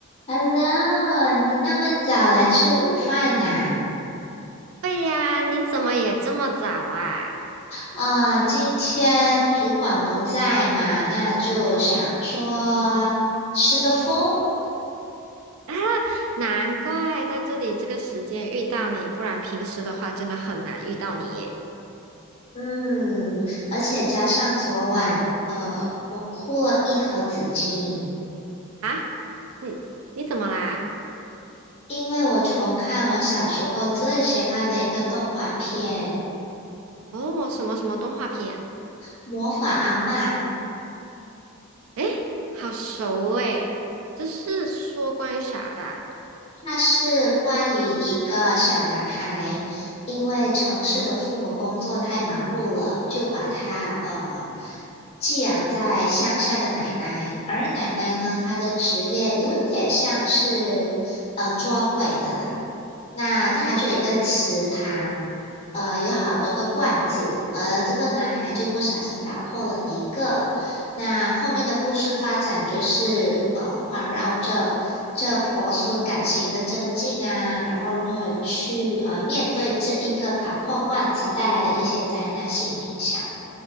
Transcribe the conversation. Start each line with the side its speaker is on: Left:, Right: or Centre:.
Left: Hello，你那么早来吃午饭呐？
Right: 对呀，你怎么也这么早啊？
Left: 啊，今天主管不在嘛，那就想说吃个风。
Right: 啊，<laughs> 难怪在这里这个时间遇到你，不然平时的话真的很难遇到你耶。
Left: 嗯，而且加上昨晚，呃，我哭了一盒纸巾，
Right: 啊，你你怎么啦？
Left: 因为我重看我小时候最喜欢的一个动画片
Right: 哦，什么什么动画片？
Left: 《魔法阿嬷》。
Right: 哎，好熟哎，这是说关于啥的
Left: 那是关于一个小男孩，因为城市的父母工作太忙碌了，就把他呃寄养在乡下的奶奶。而奶奶呢，她的职业有一点像是呃捉鬼的啦。那它就有一个池塘，
Right: 哦
Left: 呃，有好多个罐子，而这个男孩就不小心打破了一个，那后面的故事发展就是呃，环绕着这婆孙感情的增进啊，然后如何去呃面对这一个打破罐子带来的一些灾难性影响。